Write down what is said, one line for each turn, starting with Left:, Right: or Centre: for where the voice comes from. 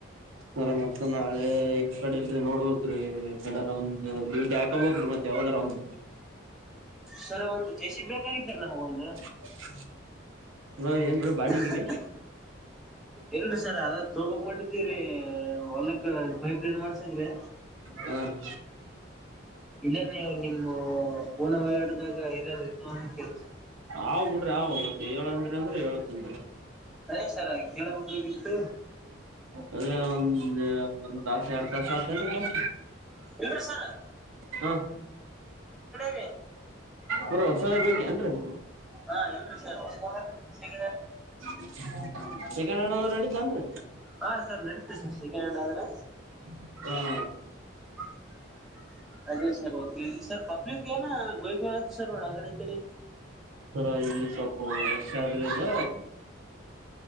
Right: ಸರ ಮತ್ತ ನಾಳೆ ಈ ಕಡೆ ಇಲ್ರೀ ನೋಡ್ಬೇಕ ರೀ ಎಕಡೆರ ಒಂದು ಡ್ಯೂಟಿ ಆ ತೊಬಕಿಲ್ ಮತ್ತೆ ಯಾವ್ದರ ಒಂದು
Centre: ಸರ್ ಒಂದ್ ಜೆ ಸಿ ಬಿ ಬೇಕಾಗಿತ್ತ ರಿ ನಮ್ಗ ಒಂದು
Right: <unintelligible> ಹ ಏನ್ರೀ ಬಾಡಿಗಿರಿ
Centre: <unintelligible> ಇಲ್ರಿ ಸರ್ ಅದ ತೊಬೆಕ್ ಮಾಡಿದ್ವೀ ರೀ ಹ್ಮ ಹೊಲ್ಲಕ್ಕ ಪೈಪ್ಲೈನ್ ಮಾಡ್ಸಾಕ್ ರೀ
Right: ಹಾ ರಿ
Centre: ಇಲ್ಲೆ ನೀವು ನಿಮ್ಮೂ ಫೊನ್ ಓಡದಾಗ ಇಲ್ಲ ಇರ್ತ ಕೆಲ್ಸ
Right: ಆವ್ ಬಿಡ್ರಿ ಆವ್ ಮತ್ತೆ ಏಳ್ಂದ್ರಿ ಅಂದ್ರೆ ಏಳ್ತಿನ್
Centre: ಅದೇ ಸರ ಕೇಳಬೇಕಾಗಿತ್ತ್
Right: ಅದೇ ಒಂದ ಒಂದ್ ತಾಸ ಎರಡ್ ತಾಸ ಆತ ಕೆಲ್
Centre: ಇಲ್ದ್ರಿ ಸಾರ್
Right: ಹಾ
Centre: ರೀ
Right: ಬರ ಹೊಸದ ಬೇಕೆ ಅನ್ರಿ
Centre: ಹಾ ಇಲ್ಷ ಹೊ ಶೇ
Right: ಹ ಸೆಕಂಡ್ ಹ್ಯಾಂಡ್ ಆದ್ರೂ ಅಡಿತೇನ್ರಿ
Centre: ಹಾ ಸರ್ ನಡೀತೀ ಸರ್ ಸೆಕೆಂಡ್ ಹ್ಯಾಂಡ್ ಆದ್ರೆ
Right: ಹಾ
Centre: ಹ ಅದೇ ಸರ್ ಸರ್ ಪಬ್ಲಿಕ್ ಏನ ಗೋಯ್ಬ ಸರ್ ನೋಡ ಆಕಡೆ ಇ ಕಡೆ
Right: ತರ ಇಲ್ಲಿ ಸ್ವಲ್ಪ ರಷ್ ಆದ್ರಯಿಂದ